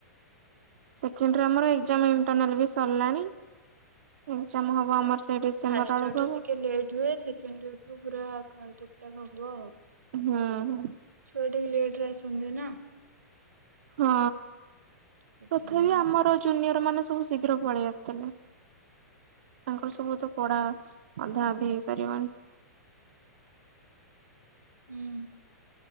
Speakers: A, on the right (about 50°); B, on the right (about 70°).
A: ସେକେଣ୍ଡରେ ଆମର ଏକ୍ଜାମ ଇଣ୍ଟରନାଲ ବି ସରିଲାଣି ଏକ୍ଜାମ ହବ ଆମର। ସେଇ ଡିସେମ୍ବର
B: ଫାଷ୍ଟ
A: ବେଳକୁ
B: ଇୟର
A: ହବ
B: ଟା ଟିକେ ଲେଟ୍ ହୁଏ ସେକେଣ୍ଡ ଇୟଠୁ ପୁରା କଣ ଠିକଠାକ୍ ହବ ଆଉ।
A: ହୁଁ ହୁଁ।
B: ଛୁଆଟିକେ ଲେଟରେ ଆସନ୍ତି ନା।
A: ହଁ
B: ସେଥିଲାଗି।
A: ତଥାପି ଆମର ଜୁନିୟର ମାନେ ସବୁ ଶୀଘ୍ର ପଳେଇ ଆସିଥିଲେ। ତାଙ୍କର ସବୁ ତ ପଢା ଅଧା ଅଧି ହେଇ ସାରିବଣି।
B: ହୁଁ।